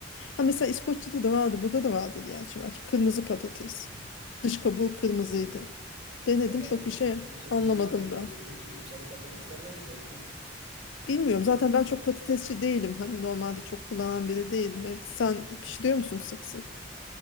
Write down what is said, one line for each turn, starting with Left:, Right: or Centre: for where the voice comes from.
Left: Ha mesela İskoçya'da da vardı, burada da vardı yani şimdi belki kırmızı patates.
Right: Ha.
Left: Dış kabuğu kırmızıydı. Denedim
Right: Vallahi
Left: çok
Right: çok
Left: bir şey
Right: e, çekici
Left: anlamadım
Right: gelmedi
Left: ben.
Right: öyle söyleyince. Bizim sarı patatesler daha güzel. <laughs> Yani.
Left: Bilmiyorum zaten ben çok patatesçi değilim. Hani normalde çok kullanan
Right: Aha.
Left: biri değilim. Evet, sen pişiriyor musun sık sık?